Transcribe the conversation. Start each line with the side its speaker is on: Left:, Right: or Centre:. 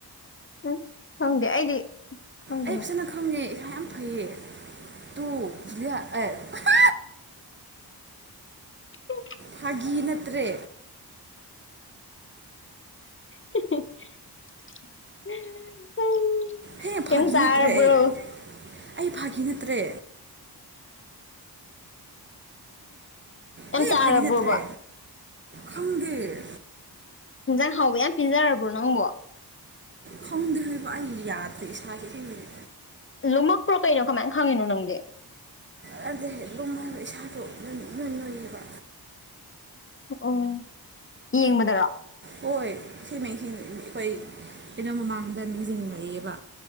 Left: ꯎꯝ ꯈꯪꯗꯦ ꯑꯩꯗꯤ ꯈꯪꯗꯦꯅꯦ
Right: ꯑꯩ ꯐꯖꯅ ꯈꯪꯉꯦ ꯏꯁꯥ ꯌꯥꯝ ꯐꯩꯌꯦ ꯇꯨ <unintelligible>
Left: <unintelligible>
Right: ꯐꯥꯒꯤ ꯅꯠꯇ꯭ꯔꯦ
Left: <unintelligible>
Right: ꯍꯦ
Left: ꯌꯥꯝ
Right: ꯐꯥꯒꯤ
Left: ꯆꯥꯔꯕ꯭ꯔꯣ
Right: ꯅꯠꯇ꯭ꯔꯦ ꯑꯩ ꯑꯩ ꯐꯥꯒꯤ ꯅꯠꯇ꯭ꯔꯦ
Left: ꯌꯥꯝ
Right: ꯍꯦ
Left: ꯆꯥꯔꯕ꯭ꯔꯣꯕ
Right: ꯐꯥꯒꯤ ꯅꯠꯇ꯭ꯔꯦ ꯈꯪꯗꯦ
Left: ꯏꯟꯖꯥꯡ ꯍꯥꯎꯕ ꯌꯥꯝ ꯄꯤꯖꯔꯕ꯭ꯔꯣ ꯅꯪꯕꯣ
Right: ꯈꯪꯗ꯭ꯔꯦꯕ ꯑꯩ ꯌꯥꯗꯔ꯭ꯦ ꯏꯁꯥꯥꯁꯦ ꯑꯁꯦꯡꯕ ꯒꯤ
Left: ꯂꯨꯝꯃꯛꯄ꯭ꯔꯣ ꯀꯩꯅꯣ ꯀꯃꯥꯏꯅ ꯈꯪꯉꯤꯅꯣ ꯅꯪꯗꯤ
Right: ꯅꯠꯇꯦ ꯂꯨꯝꯃꯒ ꯏꯁꯥꯗꯣ ꯅꯣꯏ ꯅꯣꯏꯌꯦꯕ
Left: ꯑꯣ ꯌꯦꯡꯕꯗꯔꯣ
Right: ꯍꯣꯏ ꯁꯤ ꯑꯩꯈꯣꯏ ꯑꯩꯅꯣ ꯃꯃꯥꯡꯗ ꯃꯤꯁꯤꯡꯤꯡꯉꯛꯏꯑꯕ